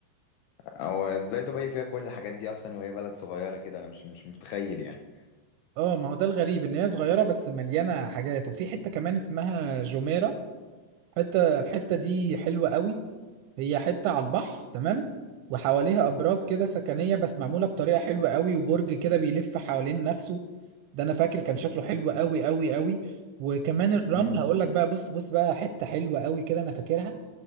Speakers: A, on the left; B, on the right.
A: هو ازاي دبي فيها كل الحاجات دي اصلا وهي بلد صغيره كده انا مش مش متخيل يعني
B: اه ما هو ده الغريب ان هي صغيرة بس مليانة حاجات وفي حتة كمان اسمها جوميرا حتة الحتة دي حلوة قوي هي حتة على البحر تمام وحواليها أبراج كده سكنية بس معمولة بطريقة حلوة قوي وبرج كده بيلف حوالين نفسه ده أنا فاكر كان شكله حلو قوي قوي قوي وكمان الرمل
A: مم.
B: هقول لك بقى بص بص بقى حتة حلوة قوي كده أنا فاكرها